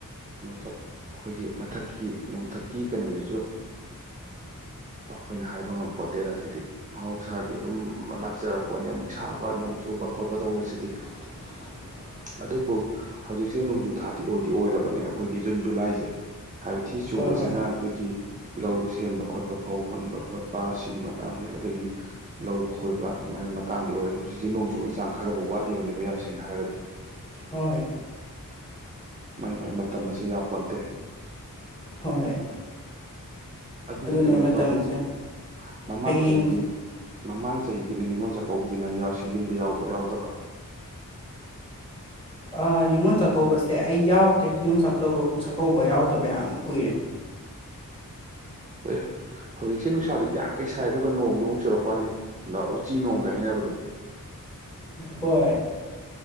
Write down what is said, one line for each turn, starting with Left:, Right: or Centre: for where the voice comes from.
Right: ꯅꯣꯡꯊꯛ ꯑꯩꯈꯣꯏꯒꯤ ꯃꯊꯛꯀꯤ ꯅꯣꯡꯊꯛꯀꯤ ꯀꯩꯅꯣꯁꯤꯁꯨ ꯑꯩꯈꯣꯏꯅ ꯍꯥꯏꯕ ꯉꯝꯕꯄꯣꯠꯇꯦꯗ ꯑꯁꯤꯗꯤ ꯃꯍꯧꯁꯥꯒꯤ ꯑꯗꯨꯝ ꯂꯥꯛꯆꯔꯛꯄꯣꯠꯅꯤ ꯑꯃꯨꯛ ꯁꯥꯕ ꯅꯣꯡ ꯆꯨꯕ ꯈꯣꯠꯄ ꯇꯧꯕꯁꯤꯗꯤ
Left: <unintelligible>
Right: ꯑꯗꯨꯕꯨ ꯍꯧꯖꯤꯛꯁꯦ ꯅꯣꯡꯖꯨ ꯊꯥꯗꯤ ꯑꯣꯏꯗꯤ ꯑꯣꯏꯔꯕꯅꯦ ꯑꯩꯈꯣꯏꯒꯤ ꯖꯨꯟ ꯖꯨꯂꯥꯏꯁꯦ ꯍꯥꯏꯕꯗꯤ ꯊꯤ ꯆꯨꯕꯁꯤꯅ
Left: ꯍꯣꯏ ꯍꯣꯏ
Right: ꯑꯩꯈꯣꯏꯒꯤ ꯂꯧ ꯁꯦꯝꯕ ꯈꯣꯠꯄ ꯐꯧ ꯍꯨꯟꯕ ꯈꯣꯠꯄ ꯁꯤꯒꯤ ꯃꯇꯥꯡ ꯍꯖꯤ ꯑꯗꯒꯤ ꯂꯧ ꯈꯣꯏꯕ ꯁꯨꯃꯥꯏꯅ ꯃꯇꯥꯡꯗꯤ ꯑꯣꯏꯔꯦ ꯑꯗꯣ ꯍꯧꯖꯤꯛꯁꯁꯤ ꯅꯣꯡ ꯆꯨꯕꯒꯤ ꯆꯥꯡ ꯈꯔꯕꯨ ꯋꯥꯠꯂꯤꯕꯅꯦꯕ ꯌꯥꯝ ꯁꯦꯡꯅ ꯍꯥꯏꯔꯒꯗꯤ
Left: ꯍꯣꯏ
Right: ꯃꯥꯏ ꯃꯥꯏ ꯃꯇꯝ ꯑꯁꯤ ꯌꯥꯝ ꯄꯣꯟꯇꯦ
Left: ꯍꯣꯏ
Right: ꯑꯗꯨꯗꯤ
Left: ꯑꯗꯨꯅꯦ
Right: ꯀꯩꯅꯣ
Left: ꯃꯇꯝꯁꯦ
Right: ꯇꯧꯕ꯭ꯔꯣ ꯃꯃꯥꯡ
Left: ꯍꯌꯦꯡ
Right: ꯆꯍꯤꯒꯤ ꯃꯃꯥꯡ ꯆꯍꯤꯒꯤꯅꯦ ꯅꯤꯡꯅꯤꯉꯣꯜ ꯆꯥꯛꯀꯧꯕꯗꯤ ꯅꯪ ꯌꯥꯎꯁꯤ ꯌꯨꯝꯗ ꯌꯥꯎꯕ꯭ꯔ ꯌꯥꯎꯗꯕ꯭ꯔꯥ
Left: ꯑ ꯅꯤꯉꯣꯜ ꯆꯥꯛꯀꯧꯕꯁꯦ ꯑꯩ ꯌꯥꯎꯗꯦ ꯅꯤꯉꯣꯜ ꯆꯥꯇꯧꯕ ꯆꯥꯛꯀꯧꯕ ꯌꯥꯎꯗꯕ ꯌꯥꯝ ꯀꯨꯏꯔꯦ
Right: ꯑꯦ ꯍꯧꯖꯤꯛꯁꯦ ꯅꯨꯡꯁꯥꯖꯨ ꯌꯥꯛꯀꯩ ꯁꯥꯏ ꯑꯗꯨꯒ ꯅꯣꯡꯖꯨ ꯑꯃꯨꯛ ꯆꯨꯔꯛꯄ꯭ꯋꯥꯅꯦ ꯅ ꯎꯆꯤ ꯅꯣꯡꯒ ꯍꯥꯏꯅꯕꯗꯣ
Left: ꯍꯣꯏ